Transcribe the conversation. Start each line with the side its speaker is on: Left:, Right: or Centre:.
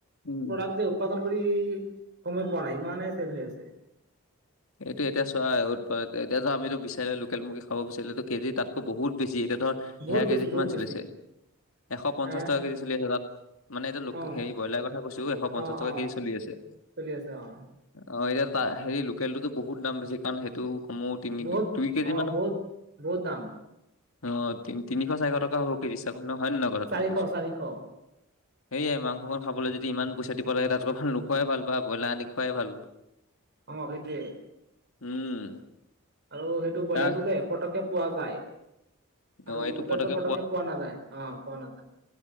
Left: উম
Right: প্ৰডাক্ট যে উৎপাদন কৰি সময় পোৱা নাই ইমানে চেল হৈ আছে।
Left: এইটো এতিয়া চোৱা এতিয়া ধৰা, আমিতো বিচাৰে লোকেল মুৰ্গী খাব বিচাৰিলে কেজি তাতকৈ বহুত বেছি। এয়া ধৰ,
Right: বহুত
Left: সেইয়া
Right: বেছি
Left: কেজি কিমান
Right: বহুত বেছি
Left: চলিছে? এশ পঞ্চাশ
Right: হা
Left: টকা কেজি চলি আছে তাত। মানে এতিয়া লোক
Right: অ
Left: হে ব্ৰইলাৰ কথা কৈছো এশ পঞ্চাশ
Right: অ
Left: টকা
Right: অ
Left: কেজি চলি আছে
Right: চলি আছে অ।
Left: অ, এতিয়া তা হেৰি লোকেলটোতো বহুত দাম বেছি। কাৰণ সেইটো ময়ো তিনি
Right: বহুত
Left: দু দুই কেজি
Right: অ
Left: মান।
Right: বহুত বহুত দাম
Left: অ, তিন- তিনিশ চাৰিশ টকা হ'ব। কি বিশ্বাস কৰিম ন হয়নে নহয় কথাটো
Right: চাৰিশ
Left: মই কৈছোঁ?
Right: <inaudible>
Left: সেয়াই মাংসখন খাবলৈ যদি ইমান পইচা দিব লাগে। তাতকৈ ভাল নোখোৱাই ভাল। বা ব্ৰইলাৰ আনি খোৱাই ভাল।
Right: অ সেইটোয়ে।
Left: উম।
Right: আৰু সেইটো ব্ৰইলাৰটো
Left: তাক
Right: যে পটককে পোৱা যায়। আৰু
Left: অ এইটো
Right: লোকেলটো
Left: পতককে
Right: পটককে পোৱা নাযায়, অ' পোৱা নাযায়।